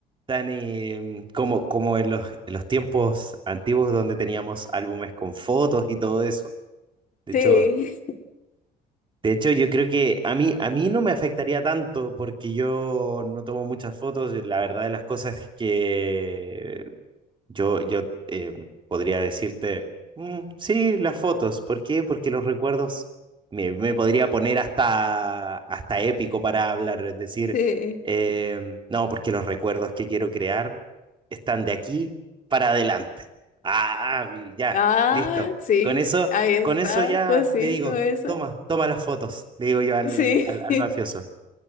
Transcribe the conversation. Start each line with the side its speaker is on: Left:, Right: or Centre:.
Right: tan eh, como, como en los, en los tiempos antiguos donde teníamos álbumes con fotos y todo eso. De
Left: Sí,
Right: hecho, de hecho, yo creo que a mí, a mí no me afectaría tanto porque yo no tomo muchas fotos. La verdad de las cosas es que yo, yo eh, podría decirte, "Mm, sí, las fotos. ¿Por qué? Porque los recuerdos me, me podría poner hasta, hasta épico para hablar. Es decir,
Left: <laughs> sí.
Right: eh, no, porque los recuerdos que quiero crear están de aquí para adelante. Ah, y ya,
Left: Ah,
Right: listo.
Left: sí,
Right: Con eso,
Left: ahí está,
Right: con eso ya
Left: pues sí,
Right: le digo,
Left: con eso.
Right: toma, toma las fotos, le digo yo al,
Left: Sí,
Right: al, al
Left: <laughs>
Right: mafioso.